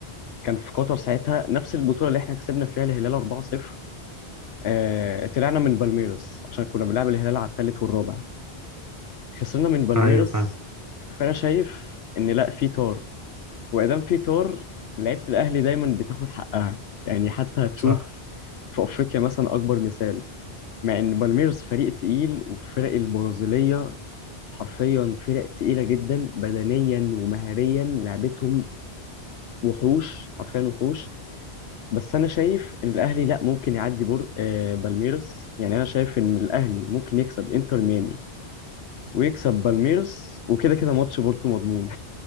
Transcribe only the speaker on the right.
ايوه فاهم
صح